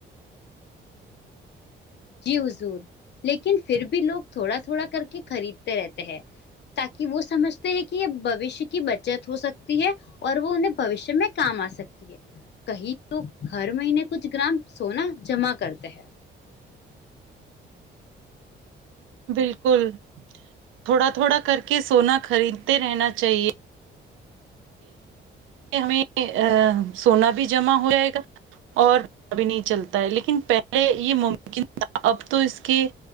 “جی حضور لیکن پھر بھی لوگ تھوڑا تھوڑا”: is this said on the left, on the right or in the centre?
Left